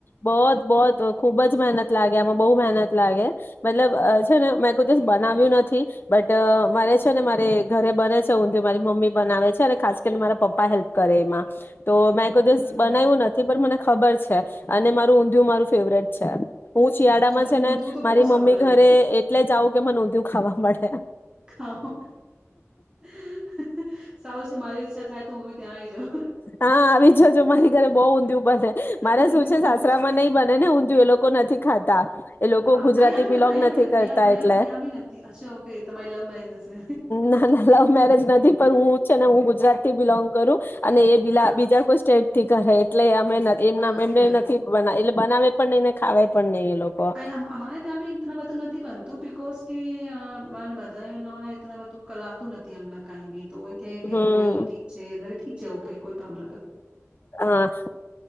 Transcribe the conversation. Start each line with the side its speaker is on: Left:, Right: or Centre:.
Left: બોત, બોત ખુબ જ મહેનત લાગે આમાં બહુ મહેનત લાગે મતલબ
Right: હા
Left: છે ને મે ખુદ દિવસ બનાવ્યું નથી, બટ મારે છે ને મારે ઘરે બને છે ઊંધું મારી મમ્મી બનાવે છે અને ખાસ કરીને મારા પપ્પા કરે એમાં. તો મેં કો દિવસ
Right: હા
Left: બનાવ્યું નથી પણ મને ખબર છે. અને મારું ઊંધિયું મારું ફેવરેટ છે. હું શિયાળામાં
Right: અચ્છા,
Left: છે
Right: ઊંધિયું
Left: ને
Right: તો બહુ
Left: મારી
Right: સારું
Left: મમ્મી
Right: લાગે
Left: ઘરે એટલે જઉં કે મને ઊંધિ ખાવા મળે.
Right: ખાવો. <unintelligible> સારું છે મારી ઈચ્છા થાય તો હું બી ત્યાં જવું.
Left: હા આવી જજો મારી ઘરે બઉ ઉંધીયુ બને મારે
Right: ઊંધિયું
Left: શું છે
Right: બને
Left: સાસરા માં નઈ બને ને ઊંધિય એ લોકો નથી ખાત તા એ લોકો
Right: અ હા
Left: ગુજરાતી
Right: અહીંયા બી ન
Left: બિલોંગ
Right: અહીંયા
Left: નથી
Right: બી ન
Left: કરતા
Right: અહીંયા અહીંયા
Left: એટલે
Right: અહીંયા બી નથી અચ્છા ઓકે તમારી લવ મેરેજ હશે.
Left: ના ના લવ મેરેજ નથી. પણ હું છે ને હું ગુજરાતી બિલોંગ કરું. <unintelligible>
Right: હા
Left: બીજા. <inaudible> <unintelligible> એટલે અમે એમ
Right: ઓકે
Left: એમને નથી બના એટલે બનાવે પણ નહી. ખાવે પણ નહી એ લોકો
Right: અયા અમારે ત્યાં બી ઇતના બધું નથી બનતું બી કોસકી હા મદારી લો ઇતના વધુ કરા તું નથી અમના કાંઈ બી. તો એ
Left: હમ
Right: કહે હું નય ઠીક છે મ ઠીક છે ઓકે કોઈ પ્રોબ્લમ
Left: હા